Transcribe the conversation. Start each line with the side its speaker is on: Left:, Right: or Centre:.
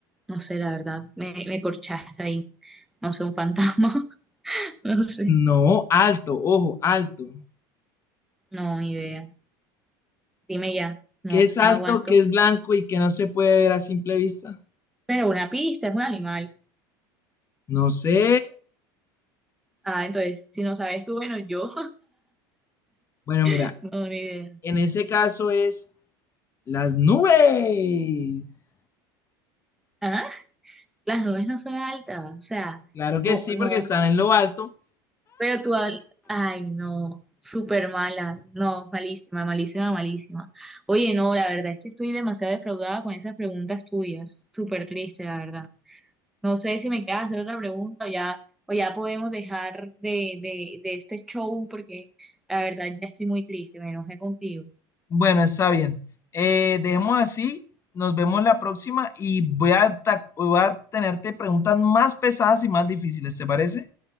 Centre: no sé, la verdad. Me, me corchaste ahí. No sé, un fantasma. <laughs> No sé.
Left: No, alto, ojo, alto.
Centre: No, ni idea. dime ya, no,
Left: ¿Qué es alto?
Centre: no aguanto.
Left: ¿Qué es blanco y que no se puede ver a simple vista?
Centre: Pero una pista es un animal.
Left: No sé.
Centre: Ah, entonces, si no sabes tú, bueno, yo
Left: Bueno, mira,
Centre: <laughs> no, ni idea.
Left: en ese caso es las nubes.
Centre: Ah, las nubes no son altas, o sea,
Left: Claro
Centre: co-
Left: que sí,
Centre: no,
Left: porque están en lo alto.
Centre: pero tú, al- ay, no, súper mala, no, malísima, malísima, malísima. Oye, no, la verdad es que estoy demasiado defraudada con esas preguntas tuyas, súper triste, la verdad. No sé si me queda hacer otra pregunta o ya, o ya podemos dejar de, de, de este show porque la verdad ya estoy muy triste, me enojé contigo.
Left: Bueno, está bien. Eh, dejemos así. Nos vemos la próxima y voy a, ta- voy a tenerte preguntas más pesadas y más difíciles, ¿te parece?